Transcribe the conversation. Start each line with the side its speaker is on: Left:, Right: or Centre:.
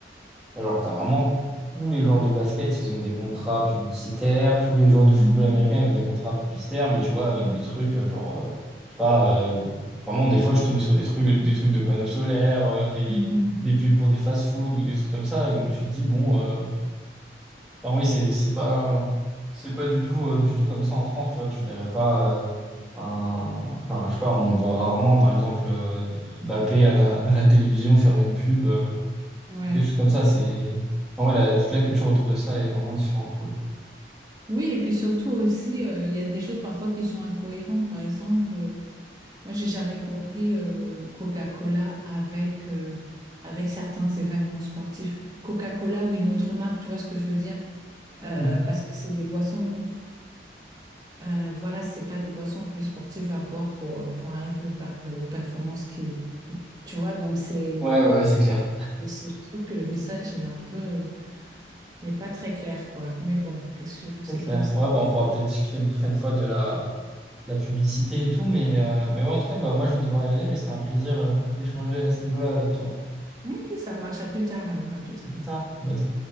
Centre: Genre, t'as vraiment tous les joueurs de basket, ils ont des contrats publicitaires, tous les joueurs de football
Right: Mhm,
Centre: américain, ils ont des contrats publicitaires, mais tu vois, avec des trucs, euh, genre, euh, je sais pas, euh, vraiment, des fois, je tombais sur des trucs, des trucs de panneaux solaires, euh, des,
Right: mhm,
Centre: des pubs pour des fast-food ou des trucs comme ça, et donc tu te dis, bon, euh, enfin oui, c'est, c'est pas, c'est pas du tout, euh, du tout comme ça en France, tu vois, tu verrais pas, euh, un, enfin, je sais pas, on voit rarement, par exemple, euh, Mbappé à la, à la télévision faire une pub. euh,
Right: ouais.
Centre: quelque chose comme ça. C'est, enfin, ouais, la- toute la culture autour de ça est vraiment différente pour le coup.
Right: Oui, et puis surtout aussi, euh, il y a des choses parfois qui sont incohérentes. Par exemple, euh, moi, j'ai jamais compris euh, Coca-Cola avec, euh, avec certains événements sportifs. Coca-Cola ou une autre marque, tu vois ce que je veux dire? Euh,
Centre: Hmm.
Right: parce que c'est des boissons, bon, Euh, voilà, c'est pas des boissons que le sportif va boire pour, euh, pour arriver aux, per- aux performances qui... Tu vois, donc c'est...
Centre: Ouais, ouais, c'est clair.
Right: Je c'est- je trouve que le message, il est un peu... Il est pas très clair, quoi. Mais bon, qu'est-ce que tu veux, c'est
Centre: C'est clair.
Right: comme ça.
Centre: Ouais, bah, on pourra peut-être discuter une prochaine fois de la, de la publicité et tout. Mais, euh, mais ouais, en tout cas, bah, moi, je vais devoir y aller. Mais c'était un plaisir, euh, d'échanger à ce niveau-là avec toi.
Right: Ok, ça marche. À plus tard, alors, à plus tard.
Centre: À plus tard. À bientôt.